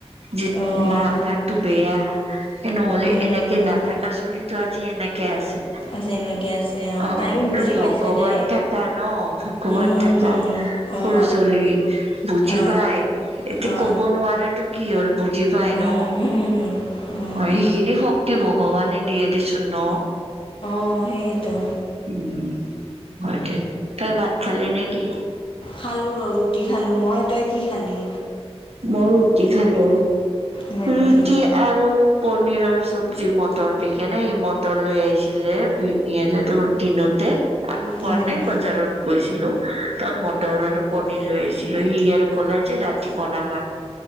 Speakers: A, on the right (about 65°); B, on the left (about 50°).
A: যে
B: অ'
A: মাৰ গাত তটো বেয়া। স, নহ'লে
B: উম।
A: এনেকে নাথকা চুলিতো আজি এনেকে আছে।
B: আছে এনেকে আছে
A: অ,
B: তাইও বুজি
A: ভগৱান
B: পাইছে দে
A: থকা ন ভগৱান
B: উম
A: থকা।
B: অ
A: সৰু ছোৱালী বুজি
B: অ
A: পাই এতিয়া
B: অ
A: কব নোৱেতটো কি হ'ল বুজি যাই
B: উম
A: ন
B: উম উম
A: সেইখিনি শক্তি ভগৱানে দিয়ে দিচোন ন।
B: অ, সেইটো।
A: উ, হয় তই ভাত খালি নেকি?
B: খালোঁ ৰ-ৰুটি খালোঁ মই তই কি খালি
A: মই ৰুটি খালো
B: হয়
A: ৰুটি।
B: নেকি
A: আৰু পনীৰৰ চব্জি মটৰ দি কেনে মটৰ লৈ আহিছিলে। ভিনিয়ৰে তোৰ দিনোতে আমি কোৱা
B: হয়
A: নাই
B: নেকি
A: বজাৰত
B: উম
A: গৈছিলো তাৰ মটৰ আৰু পনিৰ লৈ আহিছিলো সি আৰু ক'লে যে ৰাতি বনাবা